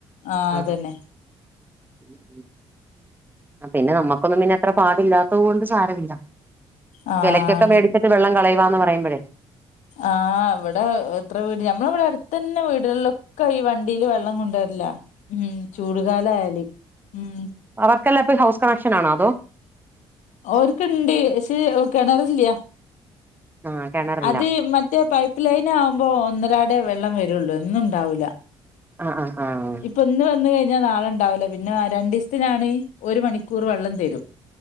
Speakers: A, on the left (about 75°); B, on the right (about 15°).
A: ആഹ്
B: ആ
A: അതന്നെ
B: ഉം പിന്നെ നമുക്കൊന്നും പിന്നെ അത്ര പാടില്ലാത്തത് കൊണ്ട് സാരമില്ല
A: ആഹ്
B: വിലയ്ക്കൊക്കെ
A: അതന്നെ
B: മേടിച്ചിട്ട് വെള്ളം കളയവാന്ന് പറയ്പഴേ
A: ആഹ് ഇവിടെ എത്ര വീട് നഞമ്മള ഇവിടെ അടുത്തു തന്നെ വീടുകളിലെ ഒക്കെ ഈ വണ്ടിയില് വെള്ളം കൊണ്ടുവരല്ല ഉം ചൂട്കാലായാല് ഉം
B: അവർക്കല്ലാ ഹൗസ് കണക്ഷൻ ആണോ അതോ
A: ഓര്ക്ക്ണ്ട് പക്ഷെ കെണറില്ല
B: ആ കിണറില്ല
A: അത് മറ്റേ പൈപ്പ പ്പ്ലൈന ആവുമ്പോ ഒന്നരാടെ വെള്ളം വരൊള്ളൂ എന്നും ഇണ്ടാവൂല
B: ആഹ് ആഹ് ആഹ് ആഹ്
A: ഇപ്പൊ ഇന്ന് വന്ന് കഴിഞ്ഞാൽ നാളെ ഉണ്ടാവൂല പിന്നെ രണ്ടീസത്തിനാണ് ഒരു മണിക്കൂർ വെള്ളം തരും